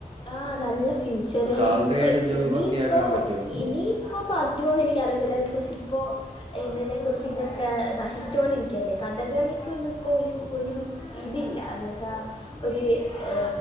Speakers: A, on the left; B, on the right.
A: ആ നല്ല ഫ്യൂച്ചർ
B: സാലറിഡ്
A: ഇപ്പൊ
B: ജോബ്
A: ഇനിയിപ്പോ
B: ഒക്കെ ആക്കാൻ പറ്റുവോ
A: ഇനിയിപ്പോ പറ്റോന്ന് എനിക്ക് എനിക്ക് റിയത്തില്ല <unintelligible> ഇപ്പോഇതിനെ കുുറിച്ച് ഇതൊക്കെ നശിച്ചു കൊണ്ടിരിക്കയല്ലേ കഥകളിക്കൊന്നുംഇപ്പോ ഒരു ഒരു ഇതില്ല എന്ന വച്ചാ ഒരു ഏ